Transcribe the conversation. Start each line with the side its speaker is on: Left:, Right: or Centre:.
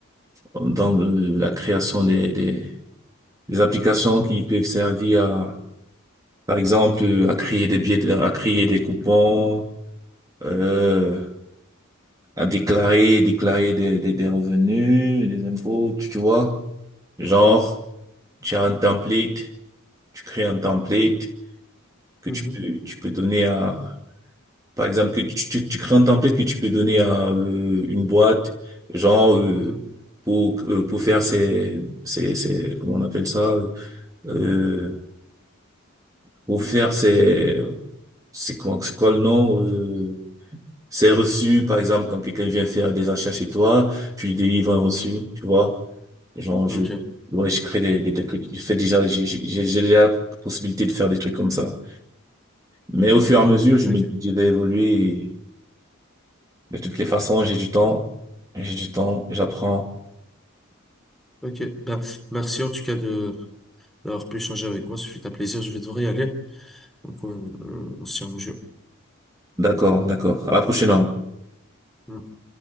Right: dans le- la création des, des, des applications qui peuvent servir Par exemple, euh, à créer des billets, à créer des coupons, euh, à déclarer, déclarer des, des, des revenus, des impôts, tu tu vois. Genre, tu as un template, tu crées un template que
Centre: Mhm.
Right: tu peux, tu peux donner à, par exemple, que tu, tu, tu crées un template que tu peux donner à euh, une boîte, genre, euh,
Centre: Mhm.
Right: pour, euh, pour faire ses, ses, ses, comment on appelle ça, euh, pour faire ses, c'est quoi, c'est quoi le nom, euh, C'est reçu, par exemple, quand quelqu'un vient faire des achats chez toi, tu lui délivres un reçu, tu vois. Genre, je,
Centre: Ok,
Right: ouais, je crée des, des, des trucs. Je fais déjà, j'ai j'ai- j'ai déjà la possibilité de faire des trucs comme ça. Mais au fur et à mesure, je
Centre: ok,
Right: me dis que je vais évoluer et de toutes les façons, j'ai du temps, j'ai du temps, j'apprends.
Centre: ok. Ben, merci en tout cas de d'avoir pu échanger avec moi. Ce fut un plaisir. Je vais devoir y aller. Donc on, on, on se tient au jeu.
Right: D'accord, d'accord. À la prochaine. alors.
Centre: Hmm.